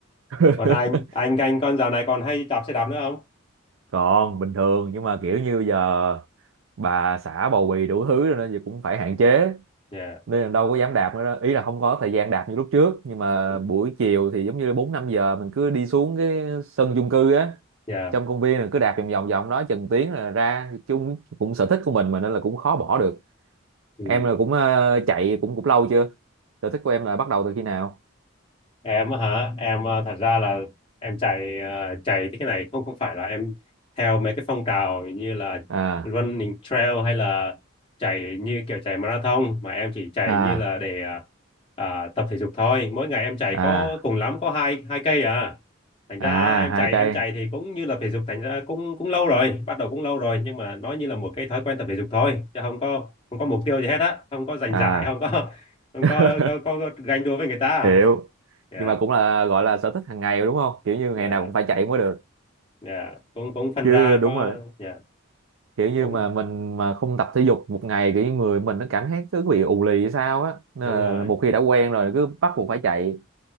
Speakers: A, on the right (about 70°); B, on the left (about 25°).
A: <laughs>
B: Còn anh, anh anh con dạo này còn hay đạp xe đạp nữa không?
A: Còn bình thường nhưng mà kiểu như giờ bà xã bầu bì đủ thứ rồi nên giờ cũng phải hạn chế
B: Dạ,
A: nên là đâu có dám đạp nữa đó. Ý là không có thời gian đạp như lúc trước nhưng mà
B: ừ,
A: buổi chiều thì giống như 4 5 giờ mình cứ đi xuống cái sân chung cư á,
B: dạ.
A: trong công viên là cứ đạp vòng vòng vòng đó chừng tiếng là ra chung cũng sở thích của mình mà nên là cũng khó bỏ được.
B: ừ.
A: em là cũng ờ, chạy cũng cũng lâu chưa sở thích của em là bắt đầu từ khi nào
B: em á hả em ờ, thật ra là em chạy ờ, chạy thế cái này không không phải là em theo mấy cái phong trào như là
A: à
B: running trail hay là chạy như kiểu chạy marathon mà em chỉ chạy
A: à
B: như là để ờ, à, tập thể dục thôi mỗi ngày em chạy
A: à
B: có cùng lắm có hai hai cây à thành ra
A: à
B: em
A: hai
B: chạy
A: cây
B: em chạy thì cũng như là thể dục thành ra cũng cũng lâu rồi bắt đầu cũng lâu rồi nhưng mà nó như là một cái thói quen tập thể dục thôi chứ không có không có mục tiêu gì hết á không có giành
A: à
B: giải không có <laughs> không
A: <laughs>
B: có có, có, có ganh đua với người ta
A: hiểu
B: à
A: nhưng mà cũng là gọi là sở thích hàng ngày đúng không kiểu như
B: dạ
A: ngày nào cũng phải chạy mới được
B: dạ cũng cũng phân
A: chứ
B: ra
A: đúng
B: có
A: rồi
B: dạ
A: kiểu như
B: cũng
A: mà mình mà không tập thể dục một ngày kiểu như người mình nó cảm thấy cứ bị ù lì hay sao á nên
B: đúng rồi
A: là một khi đã quen rồi cứ bắt buộc phải chạy